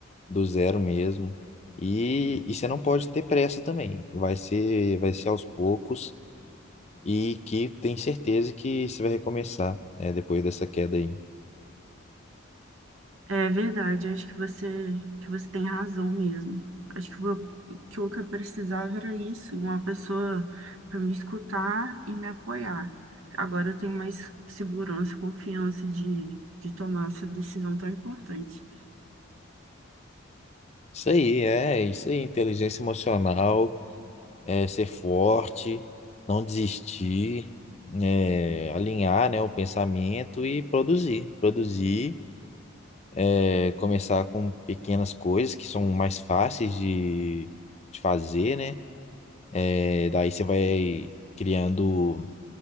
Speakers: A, on the left; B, on the right.
A: do zero mesmo. E, e você não pode ter pressa também, vai ser, vai ser aos poucos, e que tem certeza que você vai recomeçar, é, depois dessa queda aí.
B: É verdade, acho que você, que você tem razão mesmo. Acho que o que o que eu precisava era isso, uma pessoa para me escutar e me apoiar. Agora eu tenho mais segurança, confiança de, de tomar essa decisão tão importante.
A: Isso aí, é isso aí, inteligência emocional, é ser forte, não desistir, é, alinhar, né, o pensamento e produzir, produzir, é, começar com pequenas coisas que são mais fáceis de, de fazer, né? É, daí você vai criando